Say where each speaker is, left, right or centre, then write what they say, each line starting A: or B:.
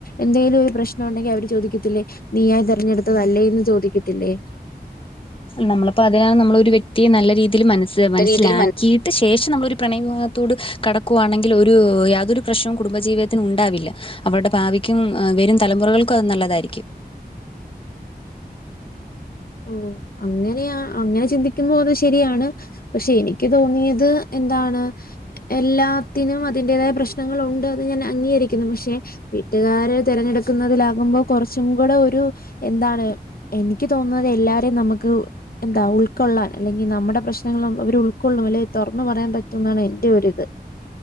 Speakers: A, on the left (about 60°); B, on the left (about 30°).
A: എന്തേലൊരു പ്രശ്നോണ്ടെങ്കി അവര് ചോദിക്കത്തില്ലേ നീ ആ തെരഞ്ഞെടുത്തതല്ലേന്ന് ചോദിക്കത്തില്ലേ?
B: നമ്മളപ്പോ അതിനാണ് നമ്മളൊരു വ്യക്തിയെ നല്ല രീതിൽ മനസ് മനസ്സിലാക്കി
A: രീതിയിൽ മന
B: യ ശേഷം നമ്മളൊരു പ്രണയ വിവാഹത്തോട് കടക്കുകവാണെങ്കിൽ ഒരു യാതൊരു പ്രശ്നവും കുടുംബജീവിതത്തിന് ഉണ്ടാവില്ല. അവരുടെ ഭാവിക്കും വെരും തലമുറകൾക്കും അത് നല്ലതായിരിക്കും
A: ഓഹ് ഓ അങ്ങനെയ അങ്ങനെ ചിന്തിക്കുമ്പോ അത് ശരിയാണ്. പക്ഷെ എനിക്ക് തോന്നിയത് എന്താണ് എല്ലാത്തിനും അതിന്റേതായ പ്രശ്നങ്ങളൊണ്ട് എന്ന് ഞാൻ അംഗീകരിക്കുന്നു പക്ഷെ വീട്ടുകാര് തിരഞ്ഞെടുക്കുന്നതിലാകുമ്പോ കുറച്ചും കൂടെ ഒരു എന്താണ് എനിക്ക് തോന്നു ന്നത് എല്ലാരേം നമുക്ക് ന്താ ഉൾക്കൊള്ളാൻ അല്ലെങ്കി നമ്മടെ പ്രശ്നങ്ങൾ അവരുൾക്കൊള്ളുല്ലെ തുറന്നു പറയാൻ പറ്റും ന്നാണ് എന്റെറെ ഒരിത്